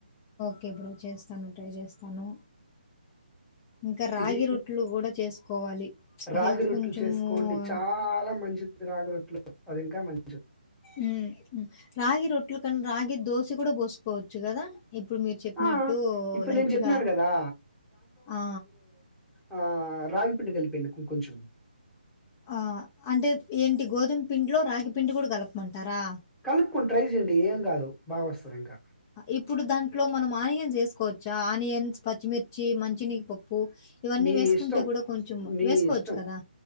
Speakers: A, on the left (about 25°); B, in the centre.
A: కే బ్రో చేస్తాను ట్రై చేస్తాను ఇంకా రాగి
B: ఇది
A: రొట్లు కూడా చేసుకోవాలి
B: రాగి
A: హెల్త్
B: రొట్లు
A: కొంచెము
B: చేసుకోండి చాలా మంచిది రాగి రొట్లు అది ఇంకా మన్
A: మ్మ్ రాగి రొట్లు కన్ రాగి దోసి కూడా పోసుకోవచ్చు కదా ఇప్పుడు మీరు చెప్పినట్టు
B: ఆ! ఇప్పుడు
A: లైట్గా
B: నేను చెప్పినాను గదా!
A: ఆ
B: ఆ రాగిపిండి కలిపేయిండి కొంచెం
A: ఆ అంటే ఏంటి గోధుమ పిండిలో రాగి పిండి కూడా కలపమంటారా
B: కలుపుకుని ట్రై చేయండి ఏం కాదు బాగొస్తది ఇంకా
A: ఇప్పుడు దాంట్లో మనం ఆనియన్స్ వేసుకోవచ్చా ఆనియన్స్ పచ్చిమిర్చి మంచినీ ప ప్పు ఇవన్నీ
B: మీ
A: వేసుకుంటే
B: ఇష్టం.
A: కూడా కొంచెం
B: మీ
A: వేసుకోవచ్చు
B: ఇష్టం
A: కదా